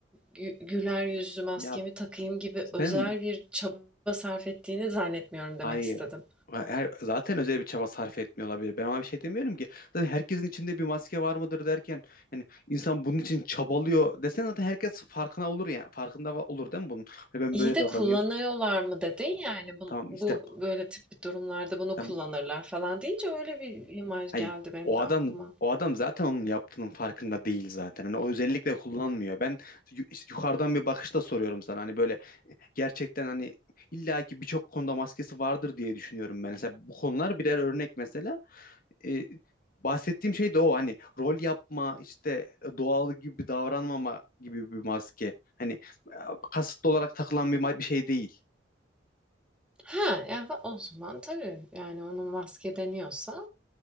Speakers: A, in the centre; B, on the left (about 45°).
A: gü- güler yüzlü maskemi
B: ya
A: takayım gibi
B: sen
A: özel bir çaba sarf ettiğini zannetmiyorum demek
B: ay
A: istedim.
B: her- zaten özel bir çaba sarf etmiyor olabilir. Ben ona bir şey demiyorum ki. Zaten herkesin içinde bir maske var mıdır derken yani insan bunun için çabalıyor desen zaten herkes farkına olur yani. Farkında va- olur değil mi bunun? Hani ben
A: İyi
B: böyle
A: de
B: davranayım.
A: kullanıyorlar mı dedin yani bu,
B: Tamam
A: bu
B: işte
A: böyle tip bir durumlarda bunu
B: tam
A: kullanırlar falan deyince öyle bir imaj
B: hayır.
A: geldi benim
B: O
A: de
B: adam
A: aklıma.
B: o adam zaten onun yaptığının farkında değil zaten. Hani o özellikle kullanmıyor. Ben yu- işte yukarıdan bir bakışla soruyorum sana. Hani böyle gerçekten hani illaki birçok konuda maskesi vardır diye düşünüyorum ben. Mesela bu konular birer örnek mesela. E, bahsettiğim şey de o hani rol yapma işte e, doğal gibi davranmama gibi bir maske. Hani e, kasıtlı olarak takılan bir ma- bir şey değil.
A: Ha yani ba- o zaman tabii yani onun maske deniyorsa